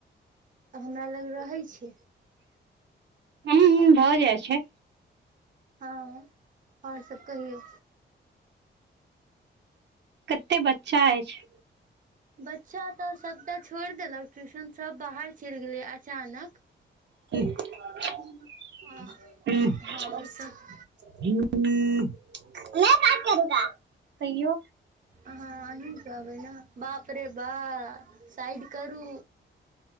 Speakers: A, on the right; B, on the right.
A: तऽ हमरा लग रहै छै।
B: हूँ हूँ भऽ जाइ छै।
A: हँ आओर सब कहियौ।
B: कते बच्चा अछि।
A: बच्चा तऽ सभटा छोड़ देलक ट्यूशन सब बाहर चलि गेलै अचानक।
B: <unintelligible>
A: आ हमसभ
B: मै बात करूँगा कहियो।
A: अहाँ अहीं कहबै नऽ बाप रे बाप साइड करू।